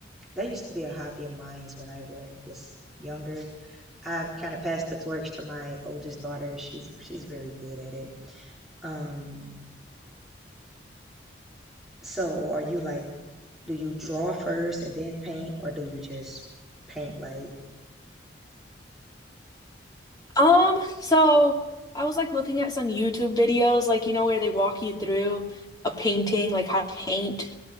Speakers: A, in the centre; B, on the left.
A: That used to be a hobby of mine when I were, was younger. I've kind of passed the torch to my oldest daughter. She's she's very good at it. Um, so are you like, do you draw first and then paint, or do you just paint like,
B: Um,
A: you know?
B: so I was like looking at some YouTube videos, like you know where they walk you through a painting, like how to paint.